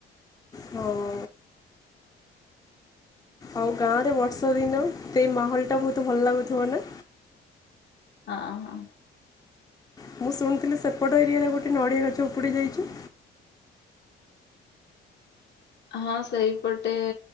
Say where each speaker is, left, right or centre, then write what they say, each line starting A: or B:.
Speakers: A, on the left; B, on the left.
A: ହଁ ଆଉ ଗାଁ ରେ ବର୍ଷା ଦିନ ସେଇ ମାହୋଲ ଟା ବହୁତ ଭଲ ଲାଗୁଥିବ ନା।
B: ହଁ ହଁ।
A: ମୁଁ ଶୁଣିଥିଲି ସେପଟ ଏରିଆରେ ଗୋଟେ ନଡ଼ିଆ ଗଛ ଉପୁଡ଼ି ଯାଇଛି।
B: ହଁ ସେଇପଟେ